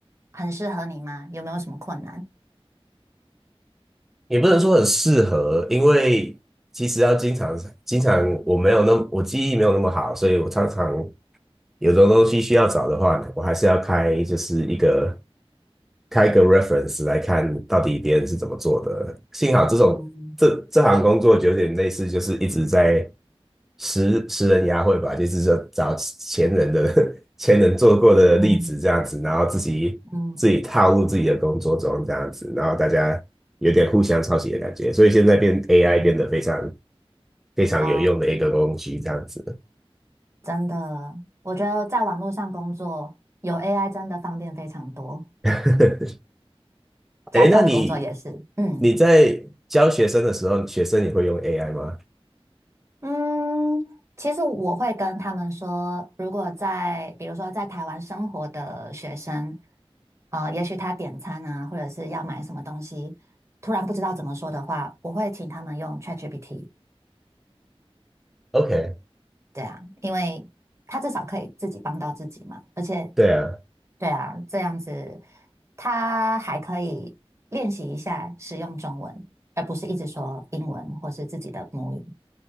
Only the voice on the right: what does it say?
很适合你吗？有没有什么困难？
嗯
嗯
嗯
嗯
啊，真的，我觉得在网络上工作有 AI 真的方便非常多，
家教的工作也是。
嗯
嗯，其实我会跟他们说，如果在比如说在台湾生活的学生，呃，也许他点餐啊，或者是要买什么东西，突然不知道怎么说的话，我会请他们用 ChatGPT。
对啊，因为他至少可以自己帮到自己嘛，而且
对啊，这样子他还可以练习一下使用中文，而不是一直说英文或是自己的母语。